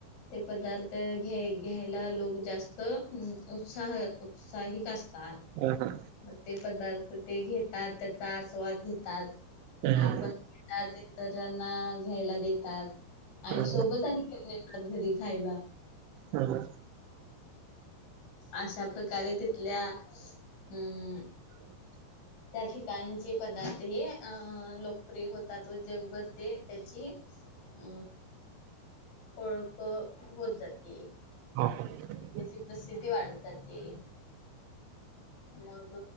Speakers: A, on the left; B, on the right.
A: ते पदार्थ घ्या... घ्यायला लोक जास्त हम्म... उत्साह.... उत्साहीक असतात.
B: हां, हां.
A: मग ते पदार्थ ते घेतात... त्याचा आस्वाद घेतात...
B: हं.
A: आपण त्यात... इतरांना घ्यायला देतात. आणि
B: हं,
A: सोबत
B: हं.
A: आणि घेऊन येतात घरी खायला
B: हा हा.
A: अशा प्रकारे तिथल्या हम्म
B: <inaudible>
A: त्या ठिकाण जे पदार्थ हे... अ... लोकप्रिय होतात व जगभर ते त्याची अ... होळख होत जाती.
B: <unintelligible>
A: त्याची प्रसिद्धी वाढत जाते... मग